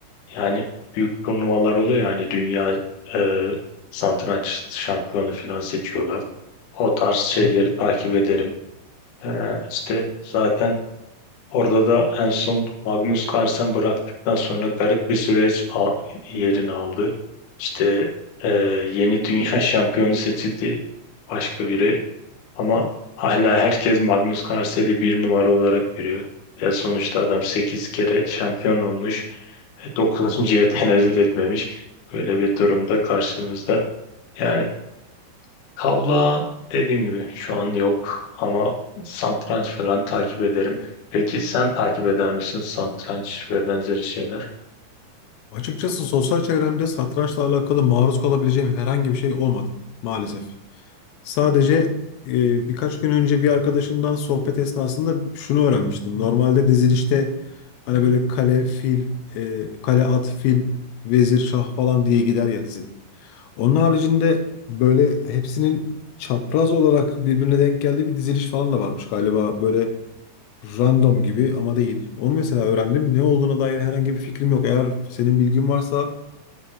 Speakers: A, on the left; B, on the left.
A: Yani büyük turnuvalar oluyor yani dünya e, satranç şampiyonu falan seçiyorlar. O tarz şeyleri
B: Hı hı.
A: takip ederim. E, işte zaten orada da en son Magnus Carlsen bıraktıktan sonra garip bir süreç a- yerini aldı. İşte e, yeni dünya <laughs> şampiyonu seçildi başka biri ama hala herkes Magnus Carlsen'i bir numara olarak görüyor. Ya sonuçta adam 8 kere şampiyon olmuş. 9. tenezzül etmemiş. Böyle bir durumda karşımızda. Yani kavla dediğim gibi şu an yok ama satranç falan takip ederim. Peki sen takip eder misin satranç ve benzeri şeyler?
B: Açıkçası sosyal çevremde satrançla alakalı maruz kalabileceğim herhangi bir şey olmadı maalesef. Sadece e, birkaç gün önce bir arkadaşımdan sohbet esnasında şunu öğrenmiştim. Normalde dizilişte hani böyle kale, fil, e, kale, at, fil, vezir, şah falan diye gider ya dizi. Onun haricinde böyle hepsinin çapraz olarak birbirine denk geldiği bir diziliş falan da varmış galiba. Böyle random gibi ama değil. Onu mesela öğrendim. Ne olduğuna dair herhangi bir fikrim yok. Eğer senin bilgin varsa